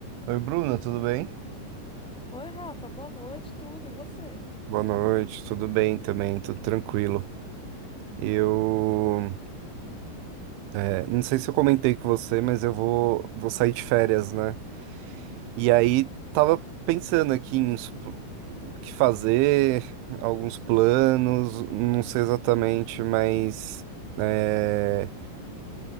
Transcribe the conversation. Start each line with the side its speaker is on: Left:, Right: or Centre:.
Right: Oi, Bruna, tudo bem?
Centre: Oi, Rafa, boa noite, tudo, e você?
Right: Boa noite, tudo bem também, tudo tranquilo. Eu, é, não sei se eu comentei com você, mas eu vou, vou sair de férias, né? E aí tava pensando aqui em uns pl- que fazer, alguns planos, não sei exatamente, mas é,